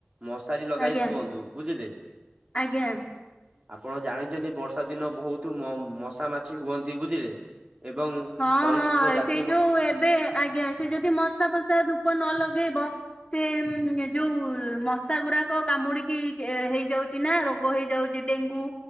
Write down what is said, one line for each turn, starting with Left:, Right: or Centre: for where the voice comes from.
Right: ମଶାରୀ ଲଗାଇ
Left: ଆଜ୍ଞା
Right: ଶୁଅନ୍ତୁ। ବୁଝିଲେ!
Left: ଆଜ୍ଞା
Right: ଆପଣ ଜାଣିଛନ୍ତି, ବର୍ଷା ଦିନ ବହୁତ ମ-ମଶା ମାଛି ହୁଅନ୍ତି। ବୁଝିଲେ! ଏବଂ
Left: ହଁ
Right: ସରୀସୃପ
Left: ହଁ,
Right: ଜାତି
Left: ସେଇ ଯୋଉ ଏବେ ଆଜ୍ଞା, ସେ ଯଦି ମଶା ମଶା ଧୂପ ନ ଲଗେଇବ! ସେ ଏମ୍ ଯୋଉ ମଶା ଗୁରାକ କାମୁଡିକି କେ ହେଇଯାଉଛି ନା, ରୋଗ ହେଇଯାଉଛି ଡେଙ୍ଗୁ।